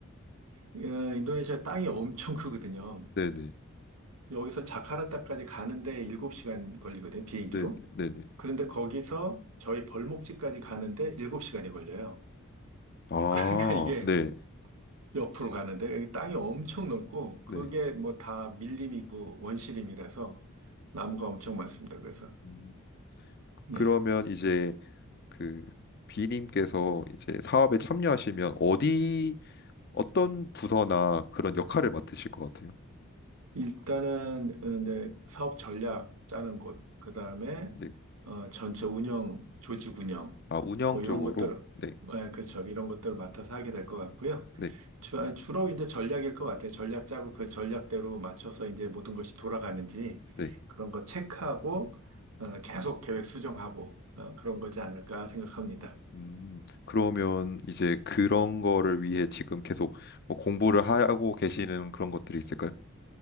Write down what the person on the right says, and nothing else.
예, 인도네시아 땅이 엄청 크거든요.
여기서 자카르타까지 가는데 7시간 걸리거든요, 비행기로.
그런데 거기서 저희 벌목지까지 가는데 7시간이 걸려요.
<laughs> 그러니까 이게
옆으로 가는데 여기 땅이 엄청 넓고
그게 뭐 다 밀림이고 원시림이라서 나무가 엄청 많습니다. 그래서
네.
일단은 어, 이제 사업 전략 짜는 곳, 그 다음에
어, 전체 운영, 조직 운영,
뭐
이런 것들,
예, 그렇죠. 이런 것들을 맡아서 하게 될 것 같고요.
주, 아니, 주로 이제 전략일 것 같아요. 전략 짜고 그 전략대로 맞춰서 이제 모든 것이 돌아가는지
그런 거 체크하고 어, 계속 계획 수정하고 어, 그런 거지 않을까 생각합니다.